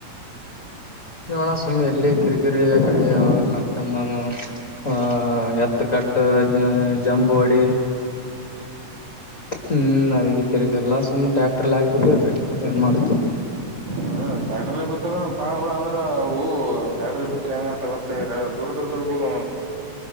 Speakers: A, on the left; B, on the right.
A: ಅಣ ಸುಮ್ಮನೆ ಎಲ್ಲಿ ಕಿರಿಕಿರಿ ಅಕಾಡಿ ಅದೇ ಕಡ ಮತ್ತ ನವು ಆಹ ಎತ್ತ ಕಟ್ಟ್ ಇದ ಜಂಬ ಹೋಡಿ, ಹ್ಮ್ ಅದಕ್ಕೆ ಕಿರಿಗೆಲ್ಲ ಸುಮ್ಮ ಟ್ಯಾಕ್ಟರ್ಲ್ ಹಾಕ್ಬಿಟ್ಟು ಅಕಾಡೆಮಿ ಏನ್ ಮಾಡ್ತಿ. ಹು
B: ಹ್ಮ್ ಟ್ಯಾಕ್ಟರ್ ಬಿತ್ತದ ಪಾಡ ಆದ್ರ ಅವು ಟ್ರ್ಯಾಕ್ಟರ್ ಬಿ ಗ ತಗೆಗ ದೂರ್ ದೂರ್ ದರ್ಬುದು